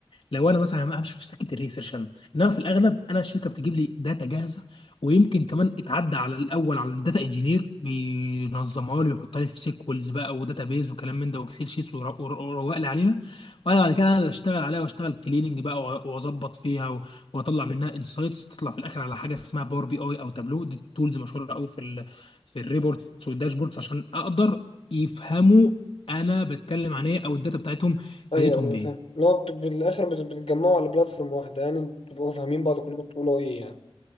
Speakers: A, on the left; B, on the left.
A: لو انا مثلا عم- همشي في سكه الريسيرش انا انما في الاغلب انا الشركه بتجيب لي داتا جاهزه ويمكن كمان اتعدى على الاول على الداتا انجينير بينظمها لي ويحطها لي في سيكولز بقى وداتا بيز وكلام من ده واكسل شيتس وير- وير- ويروق لي عليها وانا بعد كده انا اللي اشتغل عليها واشتغل كليننج بقى وأ- واظبط فيها و- واطلع منها انسايتس تطلع في الاخر على حاجه اسمها باور بي اي او تابلو دي تولز مشهوره قوي في ال في الريبورتس والداشبوردز عشان اقدر يفهموا انا بتكلم عن ايه او الداتا بتاعتهم فادتهم
B: ايوه ايوه
A: بايه
B: فاهم اللي هو بت- بالاخر بت- بتتجمعوا على بلاتفورم واحدة يعني تبقوا فاهمين بعض كلكم بتقولوا ايه يعني